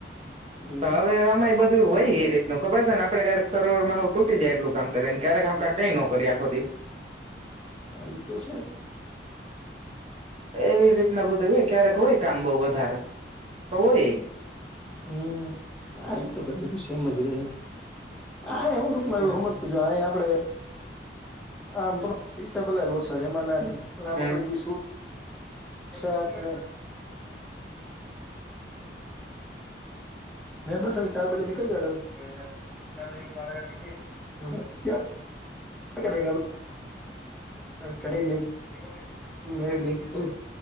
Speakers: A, in the centre; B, on the right.
A: હમ
B: એમ હવે આમાં બધું હોઈ એ રીતનું ખબર છે ને આપણે ક્યારેક સરોવર માં હું તૂટી જાય એટલું કામ કરીએ ને ક્યારેક આપણે કઈ નો કરીએ આખો દી
A: એ તો છે
B: એવી રીતના બધું હોય ક્યારેક હોય કામ બહુ વધારે તો હોય
A: હુમ એ તો ભ બધું શેમ જ રેહ આ એું ટુંકમાં
B: હમ
A: એ હમત જો અહી આપે આમ પૈસા પલા ઓછા છેમના નય આમ
B: હમ
A: આપડે જે શૂટસાકને <inaudible> મે બસ અ ચાર બજે નિકલ જાતા હું ચારજગ દખે ક્યા કરે અછા નહીી ન નહી